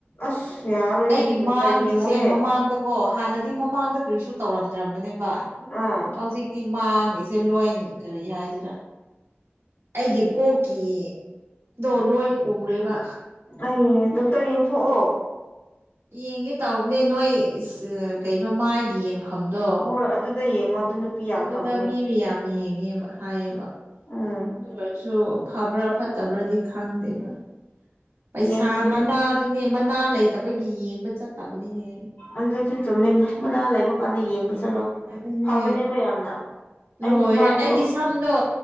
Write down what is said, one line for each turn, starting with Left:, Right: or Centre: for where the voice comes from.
Left: ꯑꯁ ꯌꯥꯔꯣꯏꯍꯦ
Right: ꯑꯩꯒꯤ
Left: ꯑꯗꯨ ꯗꯣꯛꯇꯔ
Right: ꯃꯥꯡꯒꯤꯁꯦ
Left: ꯌꯦꯡꯉꯣꯍꯦ
Right: ꯃꯃꯥꯡꯗꯀꯣ ꯍꯥꯟꯅꯗꯤ ꯃꯃꯥꯡꯗ ꯀꯔꯤꯁꯨ ꯇꯧꯔꯝꯗ꯭ꯔꯕꯅꯦꯕ
Left: ꯑꯥ
Right: ꯍꯧꯖꯤꯛꯇꯤ ꯃꯥꯡꯒꯤꯁꯦ ꯂꯣꯏ ꯀꯔꯤ ꯍꯥꯏꯁꯤꯔꯥ ꯑꯩꯒꯤ ꯀꯣꯛꯀꯤꯗꯣ ꯂꯣꯏ ꯎꯔꯦꯕ
Left: ꯑꯩ ꯗꯣꯛꯇꯔ ꯌꯦꯡꯊꯣꯛꯑꯣ
Right: ꯌꯦꯡꯒꯦ ꯇꯧꯕꯅꯦ ꯅꯣꯏ ꯏꯁ ꯀꯩꯅꯣ ꯃꯥꯏꯒꯤ ꯌꯦꯡꯐꯝꯗꯣ
Left: ꯍ‌ꯣꯏ ꯑꯗꯨꯗ ꯌꯦꯡꯉꯣ ꯑꯗꯨ ꯅꯨꯄꯤ ꯌꯥꯝ
Right: ꯑꯗꯨꯗ
Left: ꯐꯕꯅꯦ
Right: ꯃꯤ ꯃꯌꯥꯝ ꯌꯦꯡꯉꯦꯕ ꯍꯥꯏꯌꯦꯕ
Left: ꯎꯝ
Right: ꯑꯗꯨ ꯑꯣꯏꯔꯁꯨ ꯐꯕ꯭ꯔꯥ ꯐꯠꯇꯕ꯭ꯔꯥꯗꯤ ꯈꯪꯗꯦꯕ ꯄꯩꯁꯥ
Left: ꯌꯦꯡꯕꯅꯦ
Right: ꯃꯅꯥꯗꯨꯅꯦ ꯃꯅꯥ ꯂꯩꯇꯕꯒꯤ ꯌꯦꯡꯕ ꯆꯠꯇꯕꯅꯤꯅꯦ
Left: ꯑꯗꯨꯖꯨ ꯆꯨꯝꯃꯤꯅꯦ ꯃꯅꯥ ꯂꯩꯕ ꯀꯥꯟꯗ ꯌꯦꯡꯕ ꯆꯠꯂꯣ
Right: ꯑꯗꯨꯅꯦ
Left: ꯐꯕꯅꯦꯕ ꯌꯥꯝꯅ ꯑꯩꯁꯨ
Right: ꯂꯣꯏꯔꯦ
Left: ꯃꯥꯏꯗꯣ
Right: ꯑꯩꯒꯤ ꯁꯝꯗꯣ